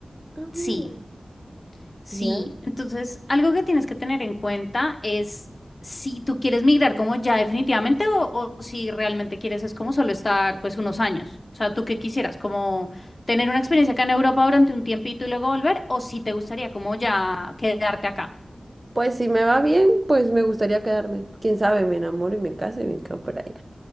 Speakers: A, on the right; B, on the left.
A: Ah,
B: sí.
A: bueno,
B: Sí,
A: ya.
B: entonces algo que tienes que tener en cuenta es si tú quieres migrar como ya definitivamente o, o si realmente quieres es como solo estar pues unos años. O sea, ¿tú qué quisieras? ¿Como tener una experiencia acá en Europa durante un tiempito y luego volver? ¿O si te gustaría como ya quedarte acá?
A: Pues si me va bien, pues me gustaría quedarme. Quién sabe, me enamoro y me caso y me quedo por allá.